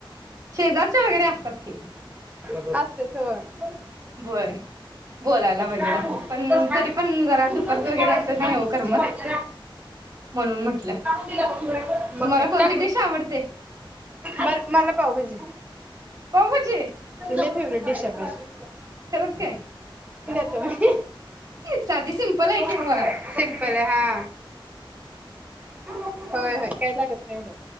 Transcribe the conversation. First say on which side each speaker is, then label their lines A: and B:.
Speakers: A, on the right; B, on the right.
A: शेजारच्या वगैरे असतात की
B: <unintelligible>
A: <unintelligible> बोलायला वगैरे
B: दाबून
A: पण
B: बस खाली
A: तरी पण जरा
B: पूर्णच
A: दुपारच
B: ते
A: वगैरे
B: काढायचं
A: असं नाही
B: खाली
A: हो
B: तसं
A: करमत
B: ठेवायचं
A: म्हणून म्हटलं.
B: मक
A: तुम्हाला कोणती
B: काय
A: डिश आवडते
B: बर मला पाव भजी
A: पावभाजी
B: लय फेवरेट. शबास <unintelligible>
A: खरच काय.
B: तुम्ही <unintelligible>
A: साधी सिम्पल आहे कि
B: पडताय
A: म.
B: सिम्पल आहे हा होय होय काय लागत नाही एवढ